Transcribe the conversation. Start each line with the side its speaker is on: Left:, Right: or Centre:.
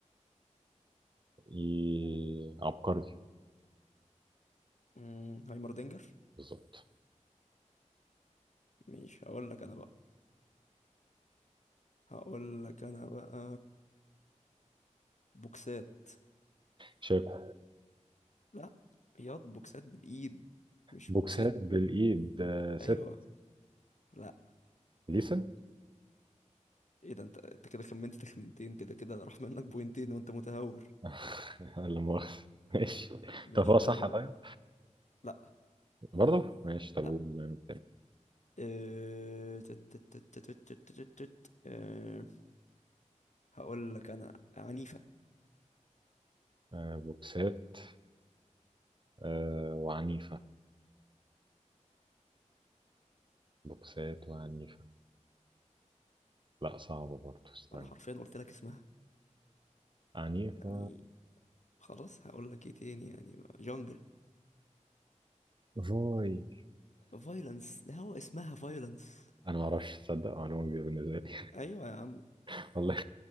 Right: ي- عبقري
Left: مم، هايمردينجر
Right: بالظبط
Left: مش هقول لك انا بقى هقول لك انا بقى بوكسات
Right: شاكو
Left: لا ياض بوكسات بالايد مش
Right: بوكسات
Left: بوكسات
Right: بالإيد آه، ست
Left: ايوه لا
Right: ديسن
Left: ايه ده انت انت كده خمنت تخمنتين كده كده راح منك بوينتين وانت متهور
Right: <laughs> لا مؤاخذة ماشي
Left: مش
Right: طب هو
Left: اصبر
Right: صح طيب
Left: لا
Right: برضه ماشي طب
Left: لا
Right: قول
Left: آه، تت- تت- تت- تت- تت- تت- تت. آه، هقول لك انا عنيفة
Right: آه، بوكسات آه، وعنيفة بوكسات وعنيفة لا صعبة برضه استنى
Left: انا حرفيا قلت لك اسمها
Right: عنيفة
Left: يعني خلاص هقول لك ايه تاني يعني ما- جونجل
Right: فوي
Left: فايلنس ده هو اسمها فايلنس
Right: أنا ما أعرفش تصدق معلومة جديدة بالنسبة لي
Left: ايوه يا عم
Right: <laughs> والله